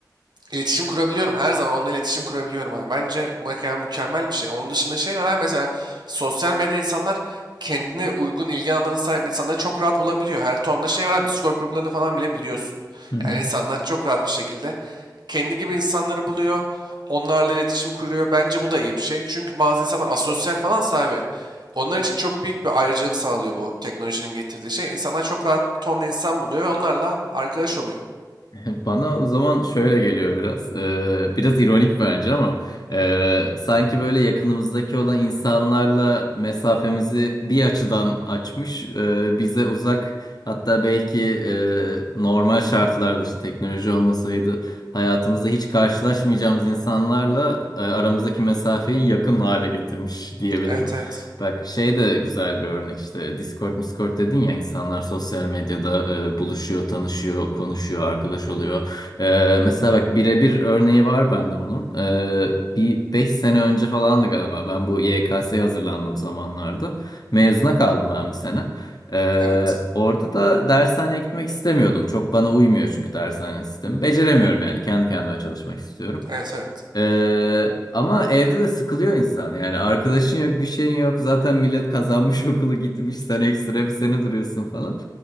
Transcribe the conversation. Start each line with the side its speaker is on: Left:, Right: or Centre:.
Right: İletişim kurabiliyorum. Her zaman onunla iletişim kurabiliyorum abi. Bence bu ekran mükemmel bir şey. Onun dışında şey var abi mesela sosyal medyada insanlar kendine uygun ilgi alanlarına sahip insanları çok rahat bulabiliyor. Her tonla şey var abi. Discord gruplarını falan bile biliyorsun.
Left: Hı hı.
Right: Yani insanlar çok rahat bir şekilde kendi gibi insanları buluyor. Onlarla iletişim kuruyor. Bence bu da iyi bir şey. Çünkü bazı insanlar asosyal falan sahibi. Onlar için çok büyük bir ayrıcalık sağlıyor bu teknolojinin getirdiği şey. İnsanlar çok rahat tonla insan buluyor ve onlarla arkadaş oluyor.
Left: <laughs> Bana o zaman şöyle geliyor biraz. Ee, biraz ironik bence ama e, sanki böyle yakınımızdaki olan insanlarla mesafemizi bir açıdan açmış, e, bize uzak hatta belki e, normal şartlarda işte teknoloji olmasaydı hayatımızda hiç karşılaşmayacağımız insanlarla e, aramızdaki mesafeyi yakın hale getirmiş diyebilirim.
Right: Evet evet.
Left: Bak şey de güzel bir örnek işte Discord, Discord dedin ya insanlar sosyal medyada e, buluşuyor, tanışıyor, konuşuyor, arkadaş oluyor. E, mesela bak birebir örneği var bende bunun. E, bir 5 sene önce falandı galiba ben bu YKS'ye hazırlandığım zamanlarda. Mezuna kaldım ben bir sene. E,
Right: Evet.
Left: orada da dershaneye gitmek istemiyordum. Çok bana uymuyor çünkü dershane sistemi. Beceremiyorum yani kendi kendime çalışmak istiyorum.
Right: Evet evet.
Left: Ee, ama evde de sıkılıyor insan. Yani arkadaşın yok, bir şeyin yok. Zaten millet kazanmış <laughs> okulu gitmiş. Sen ekstra bir sene duruyorsun falan.